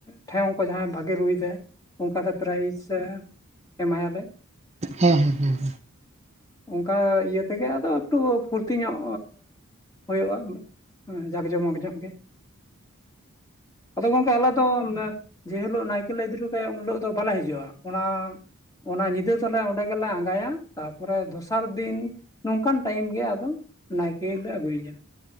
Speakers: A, on the left; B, on the right.
A: ᱴᱷᱮᱭᱚᱝ ᱠᱚ ᱡᱟᱦᱟᱸᱭ ᱵᱷᱟᱜᱮ ᱨᱩᱭᱫᱟᱭ᱾ ᱚᱱᱠᱟᱛᱮ ᱯᱨᱟᱭᱤᱡᱽ ᱥᱮ ᱮᱢᱟᱭᱟᱞᱮ᱾
B: ᱦᱮᱸ ᱦᱮᱸ ᱦᱮᱸ᱾
A: ᱚᱱᱠᱟ ᱤᱭᱟᱹ ᱛᱮᱜᱮ ᱟᱫᱚ ᱮᱠᱴᱩ ᱯᱷᱩᱨᱛᱤ ᱧᱚᱜ, ᱦᱩᱭᱩᱜᱼᱟ ᱡᱟᱠ ᱡᱚᱢᱚᱠ ᱧᱚᱜ ᱜᱮ᱾ ᱟᱫᱚ ᱜᱚᱝᱠᱮ ᱟᱞᱮ ᱫᱚ ᱢᱟᱱᱮ ᱡᱮᱦᱤᱞᱳᱜ ᱱᱟᱭᱠᱮ ᱞᱮ ᱤᱫᱤ ᱦᱚᱴᱚ ᱠᱟᱭᱟ ᱩᱱ ᱦᱤᱞᱳᱜ ᱫᱚ ᱵᱟᱞᱮ ᱦᱤᱡᱩᱜᱼᱟ ᱚᱱᱟ, ᱚᱱᱟ ᱧᱤᱫᱟᱹ ᱫᱚᱞᱮ ᱚᱸᱰᱮ ᱜᱮᱞᱮ ᱟᱸᱜᱟᱭᱟ ᱛᱟᱯᱚᱨᱮ ᱫᱚᱥᱟᱨ ᱫᱤᱱ, ᱱᱚᱝᱠᱟᱱ ᱴᱟᱭᱤᱢ ᱜᱮ ᱟᱫᱚ ᱱᱟᱭᱠᱮ ᱞᱮ ᱟᱹᱜᱩᱭᱜᱮᱭᱟ᱾